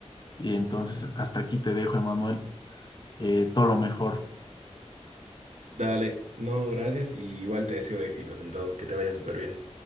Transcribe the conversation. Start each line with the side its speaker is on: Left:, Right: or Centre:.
Left: Y entonces, hasta aquí te dejo, Emanuel. Eh, todo lo mejor.
Right: dale. No, gracias y igual te deseo éxitos en todo, que te vaya súper bien.